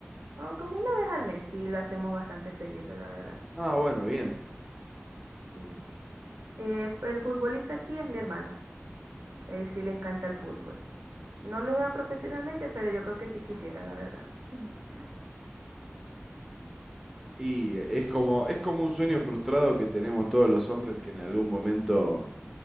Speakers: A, on the right; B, in the centre.
A: Ah, Como una vez al mes, sí, lo hacemos bastante seguido, la verdad.
B: Ah, bueno, bien.
A: Sí. Eh, fu- el futbolista aquí es mi hermano. él sí le encanta el fútbol. No lo juega profesionalmente, pero yo creo que sí quisiera, la verdad. <laughs>
B: Y eh, es como, es como un sueño frustrado que tenemos todos los hombres que en algún momento